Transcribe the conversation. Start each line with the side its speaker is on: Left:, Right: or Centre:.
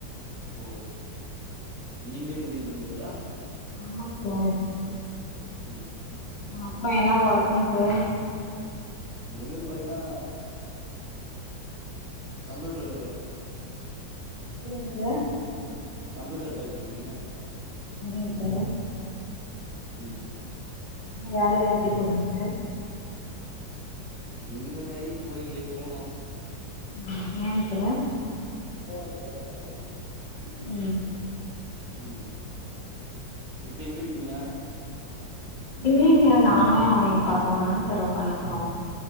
Right: ஓ நீங்களே முடிவு பண்ணிக்கிறதா
Left: ஆமாங் சார்
Right: ம்
Left: அப்ப என்னா ஒர்க்குங் சார்
Right: என்னுது பாத்தீங்னா கம்பியூட்ரு
Left: இல்லையேங் சா
Right: கம்பியூட்டர் டைப்பிங்கு
Left: சரிங் சார்
Right: ம்
Left: அப்புமா வேலையெல்லா எப்டி போதுங் சார்
Right: இங்க வேலைக்கு போலிங்லே போணு
Left: ம் ஏங் சார்
Right: போணு போணு போணு
Left: உ
Right: உ இப்ப எங்க இருக்கீங்க
Left: இல்லிங்கே நானு எங்க பாப்பாவு தாங்க சார் உக்காந்துக்குறோ